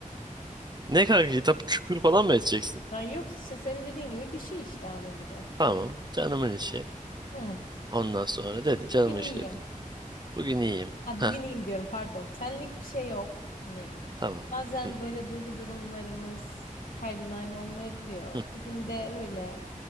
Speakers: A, on the right; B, on the left.
A: Ne kanka kitap küfür falan mı edeceksin?
B: Lan yoksa işte senin dediğin gibi bir şey işte anın gibi.
A: Tamam canımın içi.
B: Hı.
A: Ondan sonra dedi canımın
B: Bugün iyiyim.
A: içi dedin. Bugün iyiyim.
B: Ha,
A: Heh
B: bugün iyiyim diyorum pardon. Senlik bir şey yok. Hani
A: tamam.
B: bazen
A: Hı,
B: böyle duygu durumlarımız her gün aynı olmayabiliyor.
A: hı.
B: Bugün de öyle